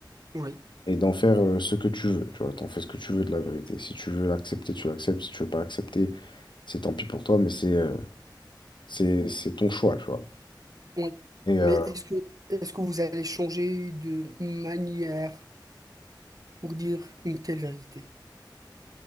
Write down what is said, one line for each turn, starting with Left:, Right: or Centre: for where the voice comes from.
Right: Oui.
Left: et d'en faire euh, ce que tu veux, tu vois, t'en fais ce que tu veux de la vérité. Si tu veux l'accepter, tu l'acceptes, si tu veux pas l'accepter, c'est tant pis pour toi, mais c'est euh, c'est c'est ton choix, tu vois.
Right: Oui.
Left: Et
Right: Mais
Left: euh,
Right: est-ce que, est-ce que vous allez changer de manière pour dire une telle vérité?